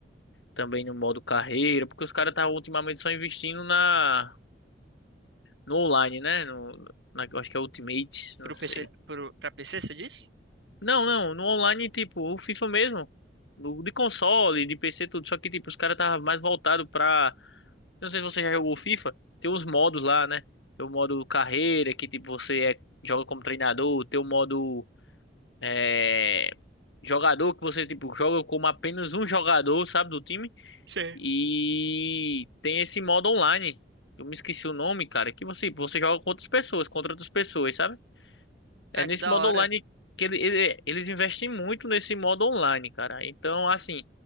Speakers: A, on the left; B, on the right.
A: também no modo carreira, porque os caras tá ultimamente só investindo na no online, né? No, na, eu acho que é Ultimate, não
B: pro
A: sei.
B: PC, pro para PC, você diz?
A: Não, não, no online, tipo, o FIFA mesmo. No, de console, de PC, tudo. Só que, tipo, os caras tava mais voltado pra Eu Não sei se você já jogou FIFA, tem os modos lá, né? Tem o modo carreira, que tipo, você é- joga como treinador, tem o modo é, jogador, que você tipo, joga como apenas um jogador, sabe, do time.
B: Sim.
A: E tem esse modo online. Eu me esqueci o nome, cara, que você, você joga com outras pessoas, contra outras pessoas, sabe? É
B: Ah,
A: nesse
B: que da
A: modo
B: hora.
A: online que ele- ele- eles investem muito nesse modo online, cara. Então, assim,